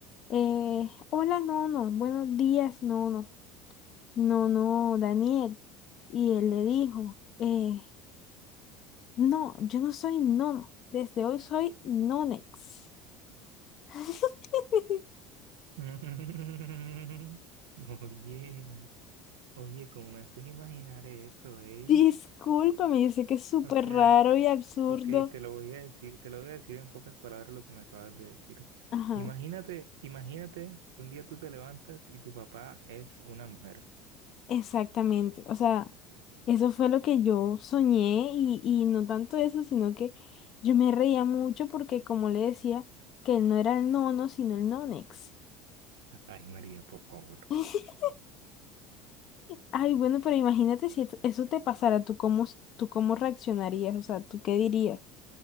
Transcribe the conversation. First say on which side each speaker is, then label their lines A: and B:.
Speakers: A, on the left (about 55°); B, on the right (about 90°).
A: eh, hola Nono, buenos días Nono, Nono Daniel. Y él le dijo, eh, no, yo no soy Nono, desde hoy soy Nonex. <laughs>
B: <laughs> Oye, oye, ¿cómo me haces imaginar eso, eh?
A: Discúlpame, yo sé que es súper
B: O sea,
A: raro y absurdo.
B: ok, te lo voy a decir, te lo voy a decir en pocas palabras lo que me acabas de decir.
A: Ajá,
B: Imagínate, imagínate que un día tú te levantas y tu papá es una mujer.
A: exactamente. O sea, eso fue lo que yo soñé y, y no tanto eso, sino que yo me reía mucho porque como le decía, que él no era el nono, sino el nonex.
B: Ay, María, por favor.
A: <laughs> Ay, bueno, pero imagínate si esto- eso te pasara, ¿tú cómo, tú cómo reaccionarías? O sea, ¿tú qué dirías?